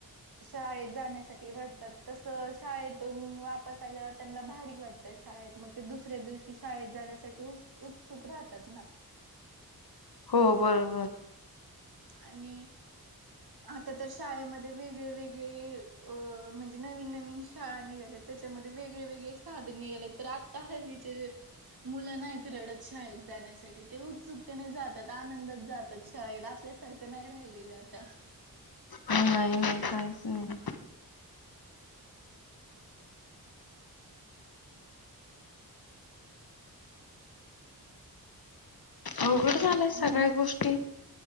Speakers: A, on the right (about 75°); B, on the left (about 75°).
A: शाळेत जाण्यासाठी रडतात तस शाळेतून वापस आल्यावर त्यांना भारी वाटत. त्या शाळेत मग ते दुसऱ्या दिवशी शाळेत जाण्यासाठी उत्सुक राहतात ना.
B: हो बरोबर!
A: आणि
B: <inaudible>
A: आता तर शाळेमध्ये वेगळे वेगळे अं म्हणजे नवीन नवीन शाळा निघाल्यात. त्याच्यामध्ये वेगळे वेगळे साधने निघालेत, तर आत्ता हल्लीचे- मुलं नाहीत रडत शाळेत जाण्यासाठी, ते उत्सुकतेने जातात, आनंदात जातात. शाळेत. आपल्यासारखं नाही राहिलेलं आता.
B: नाही नाही, काहीच नाही. अवघड झालंय,
A: आणि
B: सगळ्या गोष्टी.